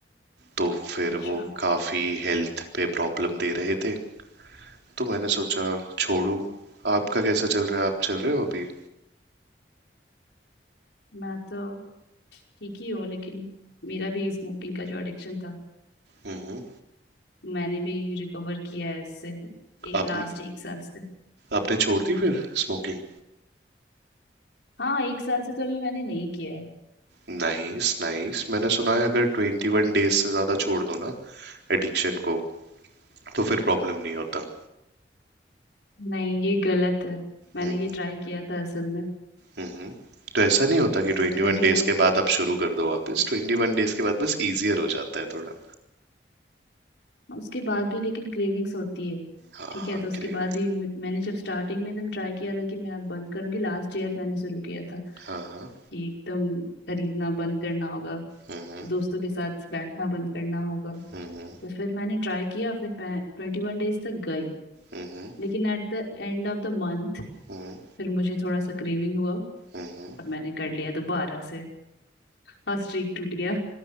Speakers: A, on the right (about 70°); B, on the left (about 80°).
A: तो फिर
B: अच्छा
A: वो काफ़ी हेल्थ पे प्रॉब्लम दे रहे थे तो मैंने सोचा छोड़ू आपका कैसा चल रहा है आप चल रहे हो अभी
B: मैं तो ठीक ही हूँ लेकिन मेरा भी स्मोकिंग का जो एडिक्शन था
A: हम्म हम्म।
B: मैंने भी रिकवर किया है इससे ए,
A: आपने
B: लास्ट एक साल से
A: आपने छोड़ दी फिर स्मोकिंग
B: हाँ एक साल से तो अभी मैंने नहीं किया है
A: नाइस नाइस मैंने सुना है अगर ट्वेंटी वन डेज से ज्यादा छोड़ दो ना एडिक्शन को तो फिर प्रॉब्लम नहीं होता
B: नहीं ये गलत है मैंने
A: हम्म
B: ये ट्राई किया था असल में
A: हम्म हम्म। तो ऐसा नहीं होता कि ट्वेंटी
B: वो ट्वेंटी
A: वन डेज
B: वन
A: के बाद आप शुरू कर दो वापस ट्वेंटी वन डेज के बाद बस इजियर हो जाता है थोड़ा
B: उसके बाद भी लेकिन क्रेविंग्स होती है
A: हाँ
B: ठीक
A: हाँ
B: है तो उसके
A: क्रेव
B: बाद भी म- मैंने जब स्टार्टिंग में एकदम ट्राई किया था कि मैं अब बंद करूंगी लास्ट ईयर मैंने शुरू किया था
A: हाँ हाँ
B: कि एकदम खरीदना बंद करना होगा
A: हम्म
B: दोस्तों के साथ बैठना बंद करना होगा
A: हम्म
B: तो फिर मैंने ट्राई किया फिर मैं ट्वेंटी वन डेज तक गई
A: हम्म
B: लेकिन at the end of the month
A: हम्म
B: फिर मुझे थोड़ा सा क्रेविंग हुआ और
A: हम्म
B: मैंने कर लिया दोबारा से और स्ट्रीक टूट गया